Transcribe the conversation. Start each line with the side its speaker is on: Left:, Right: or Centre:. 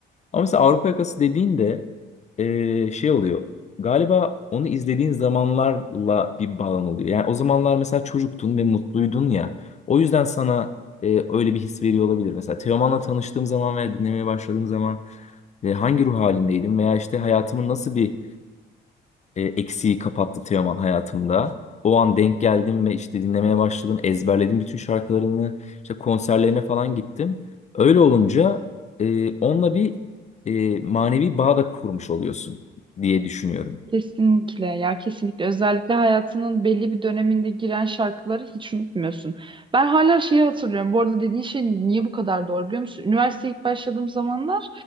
Left: Ama mesela Avrupa Yakası dediğinde eee, şey oluyor. Galiba onu izlediğin zamanlarla bir bağın oluyor. Yani o zamanlar mesela çocuktun ve mutluydun ya. O yüzden sana eee, öyle bir his veriyor olabilir. Mesela Teoman'la tanıştığım zaman veya dinlemeye başladığım zaman e, hangi ruh halindeydim veya işte hayatımın nasıl bir e, eksiği kapattı Teoman hayatımda. O an denk geldim ve işte dinlemeye başladım. Ezberledim bütün şarkılarını. İşte konserlerine falan gittim. Öyle olunca e, onunla bir e, manevi bağ da kurmuş oluyorsun diye düşünüyorum.
Right: Kesinlikle ya kesinlikle özellikle hayatının belli bir döneminde giren şarkıları hiç unutmuyorsun. Ben hala şeyi hatırlıyorum. Bu arada dediğin şey niye bu kadar doğru biliyor musun? Üniversiteye ilk başladığım zamanlar